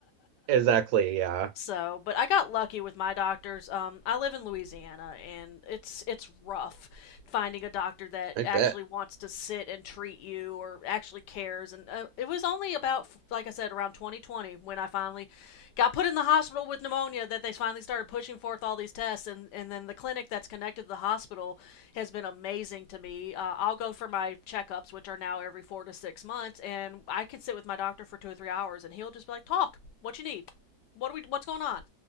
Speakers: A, on the right; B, on the left.
A: exactly. Yeah,
B: So, but I got lucky with my doctors. Um, I live in Louisiana, and it's it's rough finding a doctor that
A: I
B: actually
A: bet.
B: wants to sit and treat you or actually cares. And uh, it was only about, like I said, around 2020 when I finally got put in the hospital with pneumonia that they finally started pushing forth all these tests. And and then the clinic that's connected to the hospital has been amazing to me. Uh, I'll go for my checkups, which are now every four to six months, and I can sit with my doctor for two or three hours, and he'll just be like, "Talk, what you need." What are we? What's going on?